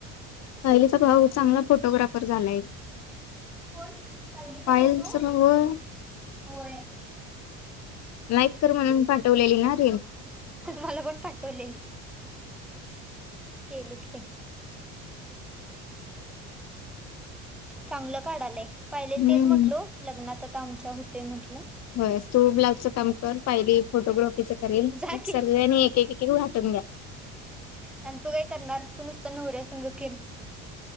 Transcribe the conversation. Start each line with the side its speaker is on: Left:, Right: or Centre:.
Left: पायलीचा भाऊ चांगला फोटोग्राफर झालाय.
Centre: कोण? पायलीचा
Left: पायलचा
Centre: भाऊ नव्ह,
Left: भाऊ
Centre: होय.
Left: लाईक कर म्हणून पाठवलेली ना रील.
Centre: मला पण पाठवलेली केलो की बाई. चांगलं काढालय. पायलीला
Left: हम्म
Centre: तेच म्हटलो लग्नात आता.. आता आमच्या होतय म्हणल.
Left: होय तू ब्लावुजचं काम. कर पायली फोटोग्राफ ग्राफिच करेल
Centre: जा की
Left: सगळ्यांनी एक, एक, एक वाटून द्या.
Centre: आणि तू काय करणार तू नुसतं नवऱ्या संंग फिर.